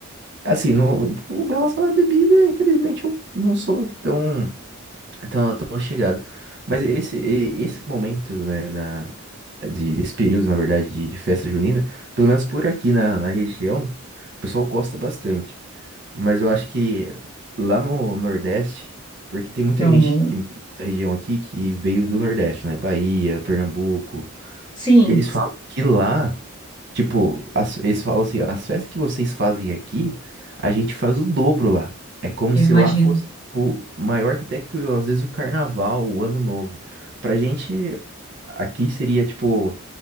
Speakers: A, on the right; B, on the left.
A: assim, no, com relação à bebida, infelizmente eu não sou tão. Então, tão chegado. Mas esse, e- esses momentos, né, na, de, desse período, na verdade, de, de festa junina, pelo menos por aqui na, na região, o pessoal gosta bastante. Mas eu acho que lá no Nordeste, porque tem muita
B: Não.
A: gente que, da região aqui que veio do Nordeste, né, Bahia, Pernambuco,
B: Sim,
A: eles falam que lá Tipo, as- eles falam assim, as festas que vocês fazem aqui, a gente faz o dobro lá. É como
B: eu
A: se
B: imagino.
A: lá fosse o maior que até que às vezes o carnaval, o ano novo. Pra gente, aqui seria tipo